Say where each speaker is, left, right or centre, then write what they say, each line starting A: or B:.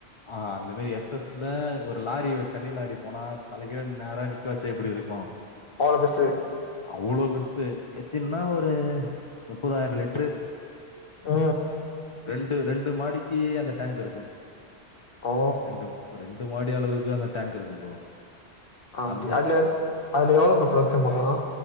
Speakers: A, on the left; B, on the left.
A: ஆ அந்த மாரி எஸ் எஸ்ல ஒரு லாரி ஒரு தண்ணி லாரி போனா தலைகீழ நேரா நிக்க வச்சு எப்படி இருக்கு அ
B: அவ்ளோ பெருசு
A: அவ்வளோ பெருசு எத்தின்னா ஒரு முப்பதாயிர லிட்டரு
B: ஆ
A: ரெண்டு ரெண்டு மாடிக்கு அந்த டேங்க் இருக்கு
B: ஓ
A: ரெண்டு ரெண்டு மாடி அளவுக்கு அந்த டேங்க் இருக்கும் ப்ரோ
B: அப்டியா
A: அந்த
B: அதுல
A: டே
B: அதுல எவ்வளோ ப்ரோ ப்ரோக்ஷன் பண்லா